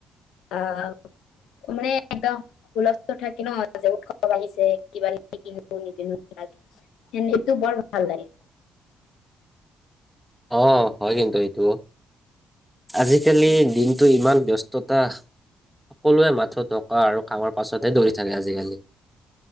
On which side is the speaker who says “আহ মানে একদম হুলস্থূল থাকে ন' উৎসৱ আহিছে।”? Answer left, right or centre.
Left